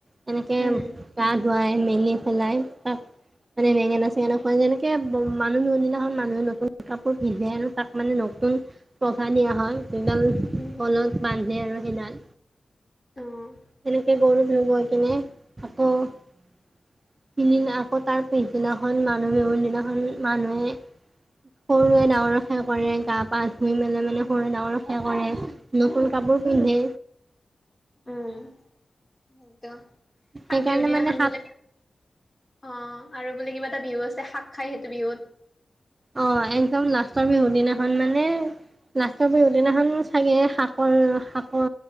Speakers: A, on the right; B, on the left.
A: তেনেকে
B: উম,
A: গা ধুৱাই। মিলি পেলাই তাক মানে বেঙেনা চেঙেনা খুৱাই যেনেকে মানুহ বিহু দিনাখন মানুহে নতুন কাপোৰ পিন্ধে আৰু তাক মানে ন নতুন পঘা দিয়া হয় সেইডাল
B: উম,
A: গলত বান্ধে আৰু সেইডাল।
B: অ',
A: তেনেকে গৰু বিহু গৈ কিনে আকৌ সিদিনা আকৌ তাৰ পিছদিনাখন মানুহ বিহু দিনাখন মানুহে সৰুৱে ডাঙৰক সেৱা কৰে গা পা ধুই মেলাই মানে সৰু ডাঙৰক সেৱা কৰে নতুন কাপোৰ পিন্ধে
B: উম, সেইটো সাত
A: সেইকাৰণে
B: বিহুৰ দিনাখনখন
A: মানে সাত
B: বোলে অ আৰু বোলে কিবা এটা বিহু আছে শাক খাই সেইটো বিহুত।
A: অ একদম লাষ্টৰ বিহু দিনাখন মানে লাষ্টৰ বিহু দিনাখন চাগে শাকৰ শাকৰ